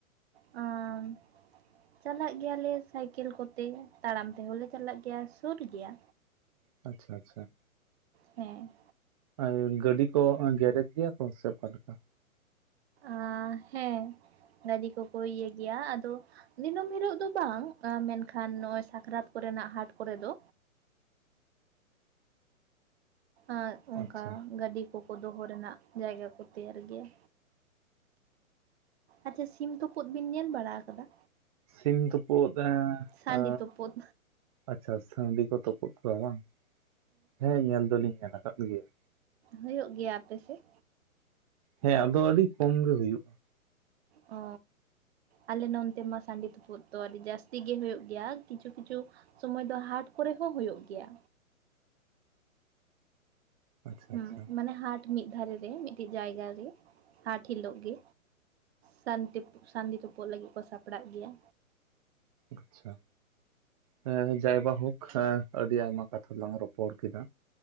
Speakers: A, on the right; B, on the right.
A: ᱟᱸᱻ ᱪᱟᱞᱟᱜ ᱜᱮᱭᱟᱞᱮ ᱥᱟᱭᱠᱮᱞ ᱠᱚᱛᱮ ᱛᱟᱲᱟᱢ ᱛᱮᱦᱚᱸ ᱞᱮ ᱪᱟᱞᱟᱜ ᱜᱮᱭᱟ ᱥᱩᱨ ᱜᱮᱭᱟ᱾
B: ᱟᱪᱪᱷᱟ ᱟᱪᱪᱷᱟ
A: ᱦᱮᱸ
B: ᱮᱸ ᱜᱟᱹᱰᱤ ᱠᱚ ᱜᱮᱨᱮᱡᱽ ᱜᱮᱭᱟ ᱠᱚ ᱥᱮ ᱚᱠᱟ ᱞᱮᱠᱟ?
A: ᱟᱸᱻ ᱦᱮᱸ ᱜᱟᱹᱰᱤ ᱠᱚᱠᱚ ᱤᱭᱟᱹᱭ ᱜᱮᱭᱟ ᱟᱫᱚ ᱫᱤᱱᱟᱹᱢ ᱦᱤᱞᱳᱜ ᱫᱚ ᱵᱟᱝ-ᱟ ᱢᱮᱱᱠᱷᱟᱱ ᱱᱚᱜ-ᱚᱭ ᱥᱟᱠᱨᱟᱛ ᱠᱚᱨᱮᱱᱟᱜ ᱦᱟᱴ ᱠᱚᱨᱮ ᱫᱚ ᱟᱨ ᱚᱱᱠᱟ
B: ᱟᱪᱪᱷᱟ
A: ᱜᱟᱹᱰᱤ ᱠᱚᱠᱚ ᱫᱚᱦᱚ ᱨᱮᱱᱟᱜ ᱡᱟᱭᱜᱟ ᱠᱚ ᱛᱮᱭᱟᱨ ᱜᱮᱭᱟ᱾ ᱟᱪᱪᱷᱟ ᱥᱤᱢ ᱛᱩᱯᱩᱫ ᱵᱤᱱ ᱧᱮᱞ ᱵᱟᱲᱟ ᱠᱟᱫᱟ?
B: ᱥᱤᱢ ᱛᱩᱯᱩᱫ ᱮᱸ
A: ᱥᱟᱺᱰᱤ
B: ᱟ
A: ᱛᱩᱯᱩᱫ
B: ᱟᱪᱪᱷᱟ ᱥᱟᱺᱰᱤ ᱠᱚ ᱛᱩᱯᱩᱫ ᱠᱚᱣᱟ ᱵᱟᱝ ᱦᱮᱸ ᱧᱮᱞ ᱫᱚᱞᱤᱧ ᱧᱮᱞ ᱟᱠᱟᱫ ᱠᱚ ᱜᱮᱭᱟ᱾
A: ᱦᱩᱭᱩᱜ ᱜᱮᱭᱟ ᱟᱯᱮ ᱥᱮᱜ?
B: ᱦᱮᱸ ᱟᱫᱚ ᱟᱹᱰᱤ ᱠᱚᱢ ᱜᱮ ᱦᱩᱭᱩᱜ-ᱟ᱾
A: ᱚ ᱟᱞᱮ ᱱᱚᱱᱛᱮ ᱢᱟ ᱥᱟᱺᱰᱤ ᱛᱩᱯᱩᱫ ᱫᱚ ᱟᱹᱰᱤ ᱡᱟᱹᱥᱛᱤ ᱜᱮ ᱦᱩᱭᱩᱜ ᱜᱮᱭᱟ ᱠᱤᱪᱷᱩ ᱠᱤᱪᱷᱩ ᱥᱚᱢᱚᱭ ᱫᱚ ᱦᱟᱴ ᱠᱚᱨᱮ ᱦᱚᱸ ᱦᱩᱭᱩᱜ ᱜᱮᱭᱟ᱾
B: ᱟᱪᱪᱷᱟ
A: ᱦᱩᱸ
B: ᱟᱪᱪᱷᱟ
A: ᱢᱟᱱᱮ ᱦᱟᱴ ᱢᱤᱫ ᱫᱷᱟᱨᱮ ᱨᱮ ᱢᱤᱜᱴᱤᱡ ᱡᱟᱭᱜᱟ ᱨᱮ ᱦᱟᱴ ᱦᱤᱞᱳᱜ ᱜᱮ ᱥᱟᱱᱛᱤ ᱯᱩᱜ ᱥᱟᱱᱰᱤ ᱛᱩᱯᱩᱜ ᱞᱟᱹᱜᱤᱫ ᱠᱚ ᱥᱟᱯᱲᱟᱜ ᱜᱮᱭᱟ᱾
B: ᱟᱪᱪᱷᱟ ᱦᱮᱸ ᱡᱟᱭ ᱵᱟ ᱦᱳᱠ᱾ ᱦᱮᱸ ᱟᱹᱰᱤ ᱟᱭᱢᱟ ᱠᱟᱛᱷᱟ ᱞᱟᱝ ᱨᱚᱯᱚᱲ ᱠᱮᱫᱟ